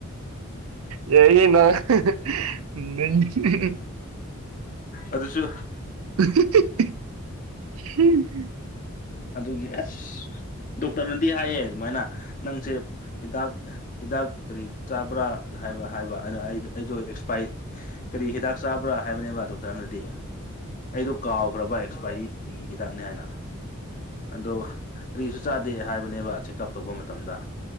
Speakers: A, on the right; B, on the left.
A: ꯌꯥꯢꯍꯦ ꯅꯪ <inaudible>
B: ꯑꯗꯨꯁꯨ
A: <unintelligible>
B: ꯑꯗꯨꯒꯤ ꯑꯁ ꯗꯣꯛꯇꯔꯅꯗꯤ ꯍꯥꯏꯌꯦ ꯑꯗꯨꯃꯥꯏꯅ ꯅꯪꯁꯦ ꯍꯤꯗꯥꯛ ꯍꯤꯗꯥꯛ ꯀꯔꯤ ꯆꯥꯕ꯭ꯔꯥ ꯍꯥꯏꯕ ꯍꯥꯏꯕ ꯑꯗꯣ ꯑꯩꯗꯣ ꯑꯦꯛꯁ ꯀꯔꯤ ꯍꯤꯗꯥꯛ ꯆꯥꯕ ꯕ꯭ꯔꯥ ꯍꯥꯏꯕꯅꯦꯕ ꯗꯣꯛꯇꯔꯅꯗꯤ ꯑꯩꯗꯣ ꯀꯥꯎꯒ꯭ꯔꯕ ꯑꯦꯛꯁꯄꯥꯏꯔꯤ ꯍꯤꯗꯥꯛꯅꯤ ꯍꯥꯏꯅ ꯑꯗꯣ ꯀꯔꯤꯁꯨ ꯆꯥꯗꯦ ꯍꯥꯏꯕ ꯕꯅꯦꯕ ꯆꯦꯛꯀꯞ ꯇꯧꯕ ꯃꯇꯝꯗ